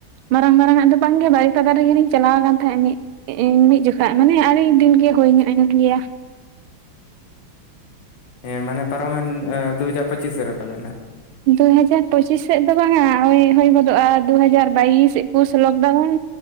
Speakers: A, on the right; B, on the left.
A: ᱢᱟᱨᱟᱝ ᱢᱟᱨᱟᱝ ᱟᱜ ᱫᱚ ᱵᱟᱝ ᱜᱮ ᱵᱟᱨᱤᱯᱟᱫᱟ ᱨᱮᱜᱮ ᱞᱤᱧ ᱪᱟᱞᱟᱣ ᱟᱠᱟᱱ ᱛᱟᱦᱮᱸᱫ ᱢᱤᱫ ᱤᱧ ᱢᱤᱫ ᱡᱚᱠᱷᱟᱜ ᱢᱟᱱᱮ ᱟᱹᱞᱤᱧ ᱫᱤᱱ ᱜᱮ ᱦᱩᱭ ᱧᱚᱜ ᱮᱱ ᱜᱮᱭᱟ᱾
B: ᱦᱮᱸ ᱢᱟᱱᱮ ᱯᱟᱨᱚᱢᱮᱱ ᱮ ᱫᱩ ᱦᱟᱡᱟᱨ ᱯᱟᱪᱤᱥ ᱨᱮ ᱯᱟᱞᱮᱜ ᱦᱟᱸᱜ
A: ᱫᱩᱦᱟᱡᱟᱨ ᱯᱚᱪᱤᱥ ᱥᱮᱫ ᱫᱚ ᱵᱟᱝᱼᱟ ᱳᱭ ᱦᱩᱭ ᱜᱚᱫᱚᱜᱼᱟ ᱫᱩ ᱦᱟᱡᱟᱨ ᱵᱟᱭᱤᱥ ᱮᱠᱩᱥ ᱞᱚᱠᱰᱟᱣᱩᱱ